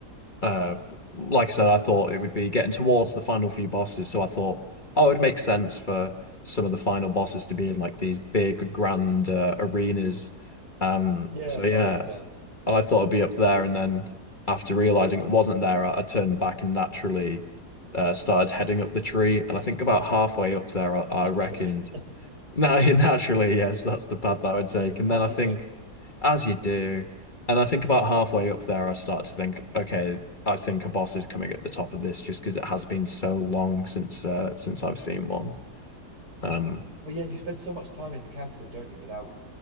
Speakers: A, on the left (about 30°); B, on the right (about 85°).
A: uh, like I said, I thought it would be getting towards the final few bosses, so I thought, oh, it'd make sense for some of the final bosses to be in like these big grand uh, arenas. Um,
B: yeah,
A: so yeah,
B: that makes sense.
A: I thought it'd be up there, and then after realizing it wasn't there, I, I turned back and naturally uh, started heading up the tree. And I think about halfway up there,
B: <laughs>
A: I,
B: Naturally,
A: I reckoned no, <laughs> naturally, yes, that's the path that I would take. And
B: as
A: then I think,
B: you do.
A: as you do, and I think about halfway up there, I start to think, okay, I think a boss is coming at the top of this just because it has been so long since uh, since I've seen one. Um,
B: Well, yeah, you spend so much time in the capital, don't you, without